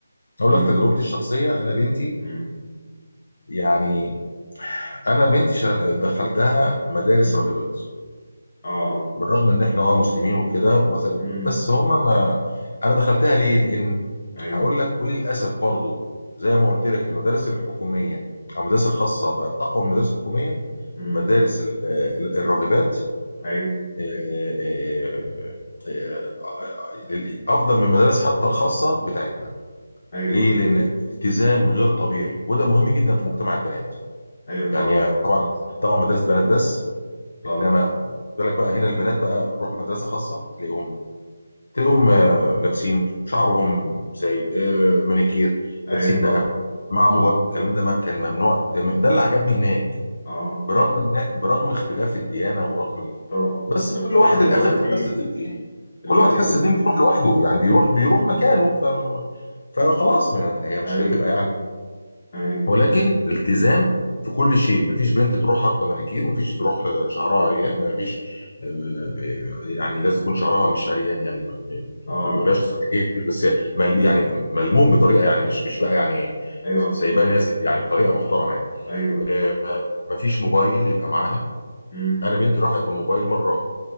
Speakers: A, on the left; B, on the left.
A: اقول
B: أمم
A: لك تجربتي الشخصيه انا بنتي
B: أمم
A: يعني انا بنتي شا- دخلتها مدارس
B: أمم.
A: راهبات
B: أه
A: بالرغم ان احنا اه مسلمين وكده ومس-
B: أمم
A: بس هم ما انا دخلتها ليه لان
B: أيوه
A: هقول لك وللاسف برضه زي ما قلت لك المدارس الحكوميه او المدارس الخاصه بقت اقوى من المدارس الحكوميه
B: أمم
A: مدارس ال- ال- الراهبات
B: أيوه
A: آه، آه، آه، آه، آه، آه، افضل من المدارس حتى الخاصه بتاعتنا
B: أيوه
A: ليه
B: أيوه
A: لان التزام غير طبيعي وده مهم جدا في مجتمع البنات
B: أيوه طبعا
A: يعني
B: طبعا
A: طبعا طبعا مدارس بنات بس
B: طبعا
A: انما بالك بقى هنا البنات بقى روح مدرسه خاصه تلاقيهم تلاقيهم آه، لابسين شعرهم سايب آه، مانيكير
B: أيوه
A: لابسين
B: طبعا
A: ذهب مع
B: طبعا
A: موبايل الكلام ده ما كان ممنوع تم- ده اللي عجبني هناك
B: أه
A: برغم إن- برغم اختلاف الديانه ورغم ال...
B: طبعا
A: بس
B: بس
A: كل
B: طبعا
A: واحد
B: دلوقتي
A: الاخر في حصه الدين
B: دلوقتي
A: كل واحد حس الدين بيروح لوحده يعني بيروح بيروح مكانه ف... فخلاص ما هي مش
B: ايوه
A: هتبقى يعني
B: ايوه
A: ولكن التزام في كل شيء مفيش بنت تروح حاطه مانيكير مفيش تروح آه، شعرها عريان مفيش آه، آه، يعني لازم يكون شعرها مش عريان يعني ما ما-
B: اه
A: ما بيقولهاش تحجير، بس ملم يعني ملموم بطريقه يعني مش مش بقى يعني
B: ايوه
A: سايباه
B: بالظبط
A: نازل يعني بطريقه محترمه يعني
B: ايوه بالظبط
A: آه، ما- مفيش موبايل يبقى معاها
B: امم
A: انا بنتي راحت بموبايل مره